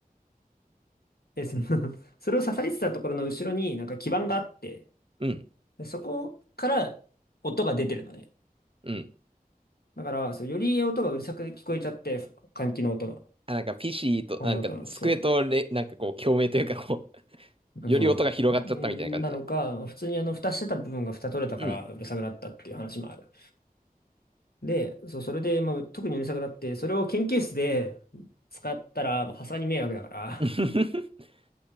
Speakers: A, on the left; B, on the right.
A: で、その <laughs> それを支えてたところの後ろになんか基板があって、
B: うん、
A: でそこから音が出てるのね。
B: うん。
A: だから、そう、より音がうるさく聞こえちゃって、換気の音の、
B: あ、なんか PC と、
A: あの音の、
B: なんか机とれ、
A: そ
B: なんかこう、共鳴というかこう、
A: う、
B: より音が広がっちゃったみたいな感じで。
A: そう、んなのか、普通にあの、蓋してた部分が蓋取れたからうるさくなったっていう話もある。
B: うん
A: で、そう、それで、まあ、特にうるさくなって、それを研究室で使ったら、まあ、さすがに迷惑だから、
B: <laughs>